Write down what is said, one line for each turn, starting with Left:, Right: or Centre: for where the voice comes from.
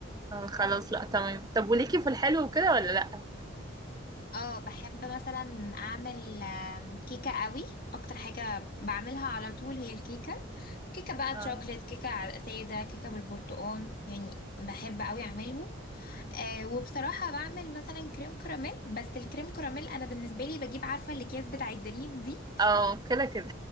Right: اه خلاص لا تمام طب وليكي في الحلو وكده ولا لا
Left: اه بحب مثلا اعمل آم، كيكه قوي اكتر حاجه بعملها على طول هي الكيكه كيكه بقى
Right: اه
Left: تشوكليت كيكه ع- ساده كيكه بالبرتقال يعني بحب قوي اعملهم أه وبصراحه بعمل مثلا كريم كراميل بس الكريم كراميل انا بالنسبه لي بجيب عارفه الاكياس بتاع الدريم دي
Right: اه كده كده